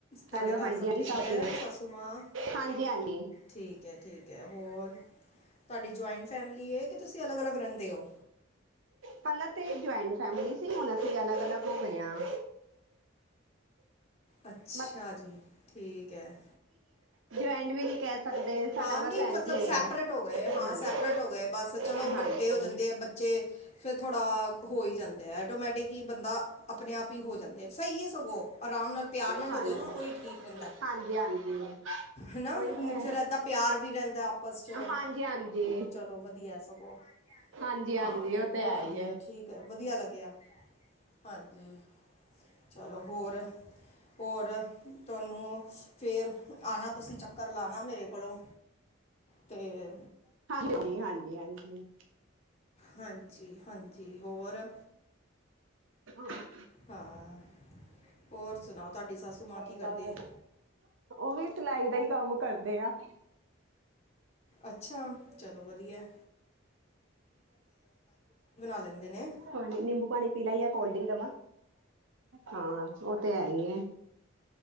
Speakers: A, on the left; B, on the right.
A: ਤੁਹਾਡੇ
B: ਹੈਲੋ
A: ਘਰ
B: ਹਾਂਜੀ
A: ਸਭ
B: ਹਾਂਜੀ
A: ਠੀਕ ਹੈ
B: ਵਧੀਆ
A: ਸਾਸੂ ਮਾਂ
B: ਹਾਂਜੀ ਹਾਂਜੀ
A: ਠੀਕ ਹੈ ਠੀਕ ਹੈ ਹੋਰ ਤੁਹਾਡੀ ਜੁਆਇੰਟ ਫੈਮਿਲੀ ਹੈ ਕਿ ਤੁਸੀਂ ਅਲੱਗ ਅਲੱਗ ਰਹਿੰਦੇ ਹੋ
B: ਪਹਿਲਾਂ ਤੇ ਜੁਆਇੰਟ ਫੈਮਲੀ ਸੀ ਹੁਣ ਅਸੀਂ ਅਲੱਗ ਅਲੱਗ ਹੋ ਗਏ ਹਾਂ
A: ਅੱਛਾ
B: ਮਤਲਬ
A: ਜੀ ਠੀਕ ਹੈ
B: ਜੁਇੰਟ ਵੀ ਨੀ ਕਹਿ ਸਕਦੇ ਸਾਡਾ
A: ਹਾਂ ਨਹੀਂ
B: ਬਸ
A: ਮਤਲਬ
B: ਇੰਝ ਹੀ
A: ਸੈਪਰੇਟ
B: ਹੈ
A: ਹੋ ਗਏ ਹਾਂ
B: ਹਾਂਜੀ
A: ਸੈਪਰੇਟ ਹੋ ਗਏ ਬਸ ਚਲੋ
B: ਹਾਂਜੀ
A: ਵੱਡੇ ਹੋ ਜਾਂਦੇ ਆ ਬੱਚੇ ਫੇਰ ਥੋੜ੍ਹਾ ਹੋ ਹੀ ਜਾਂਦਾ ਹੈ ਐਟੋਮੈਟਿਕ ਕਿ ਬੰਦਾ ਆਪਣੇ ਆਪ ਹੀ ਹੋ ਜਾਂਦੇ ਸਹੀ ਹੈ ਸਗੋਂ ਆਰਾਮ ਨਾਲ ਪਿਆਰ ਨਾਲ
B: ਹਾਂਜੀ
A: ਹੋ ਜੇ ਨਾ ਉਹੀ ਠੀਕ ਰਹਿੰਦਾ
B: ਹਾਂਜੀ ਹਾਂਜੀ
A: ਹਨਾ
B: ਉਹੀ ਤਾਂ
A: ਫਿਰ ਇੱਦਾਂ ਪਿਆਰ ਵੀ ਰਹਿੰਦਾ ਆਪਸ 'ਚ
B: ਹਾਂਜੀ ਹਾਂਜੀ
A: ਚਲੋ ਵਧੀਆ ਸਗੋਂ
B: ਹਾਂਜੀ ਹਾਂਜੀ
A: ਹਾਂ ਨਹੀਂ
B: ਉਹ
A: ਬਹੁਤ
B: ਤੇ ਹੈ
A: ਵਧੀਆ
B: ਹੀ ਹੈ
A: ਠੀਕ ਹੈ ਵਧੀਆ ਲੱਗਿਆ ਹਾਂਜੀ ਚਲੋ ਹੋਰ ਹੋਰ ਤੁਹਾਨੂੰ ਫਿਰ ਆਉਣਾ ਤੁਸੀਂ ਚੱਕਰ ਲਾਉਣਾ ਮੇਰੇ ਕੋਲੋਂ। ਤੇ
B: ਹਾਂਜੀ ਹਜੀ ਹਾਂਜੀ ਹਾਂਜੀ।
A: ਹਾਂਜੀ। ਹਾਂਜੀ ਹੋਰ?
B: ਹੂੰ।
A: ਹਾਂ ਹੋਰ ਸੁਣਾਓ। ਤੁਹਾਡੀ ਸੱਸੂ ਮਾਂ ਕੀ ਕਰਦੇ
B: ਸਭ ਵਧੀਆ
A: ਐ?
B: ਉਹ ਵੀ ਸਿਲਾਈ ਦਾ ਈ ਕੰਮ ਕਰਦੇ ਆ।
A: ਅੱਛਾ ਚਲੋ ਵਧੀਆ ਐ। ਲੈਂਦੇ ਨੇ
B: ਪਾਣੀ ਨਿੰਬੂ ਪਾਣੀ ਪੀਲਾ ਜਾ ਕੋਲਡ ਡਿੰਕ ਦਵਾਂ। ਹਾਂ ਉਹ ਤੇ ਹੈ ਈ ਐ।